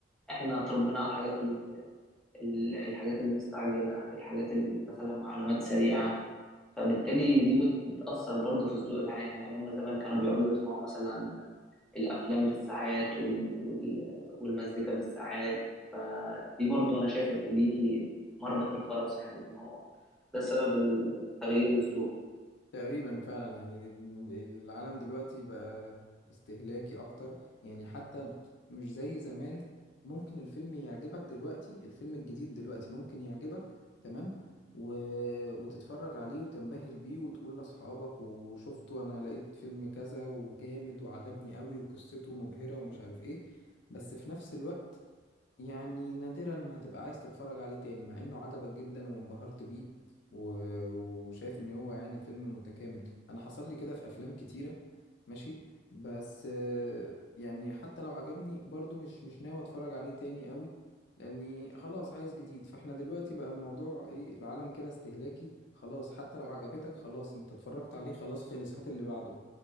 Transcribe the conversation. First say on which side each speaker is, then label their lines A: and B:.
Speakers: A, in the centre; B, on the left (about 65°).
A: احنا اتربينا على الحاجات ال... ال- الحاجات المستعجلة الحاجات ال- مثلا معلومات سريعة فبالتالي دي بت- بتأثر برضه في الذوق العام يعني هم زمان كانوا بيقعدوا يسمعوا مثلا الأفلام بالساعات وال... وال... والمزيكا بالساعات فدي برضه أنا شايف إن دي مربط الفرس يعني إن هو ده سبب تغيير الذوق
B: تقريبا فعلا يعني العالم دلوقتي بقى استهلاكي اكتر يعني حتى مش زي زمان ممكن الفيلم يعجبك دلوقتي الفيلم الجديد دلوقتي ممكن يعجبك تمام و... وتتفرج عليه وتنبهر بيه وتقول لاصحابك وشفته انا لقيت فيلم كذا وجامد وعجبني قوي وقصته مبهرة ومش عارف ايه بس في نفس الوقت يعني نادرا ما هتبقى عايز تتفرج عليه تاني مع انه عجبك جدا وانبهرت بيه و... وشايف ان هو يعني فيلم متكامل انا حصل لي كده في افلام كتيرة ماشي بس آه، يعني حتى لو عجبني برضو مش مش ناوي اتفرج عليه تاني قوي لاني خلاص عايز جديد فاحنا دلوقتي بقى الموضوع ايه العالم كده استهلاكي خلاص حتى لو عجبتك خلاص انت اتفرجت عليه خلاص خلص هات اللي بعده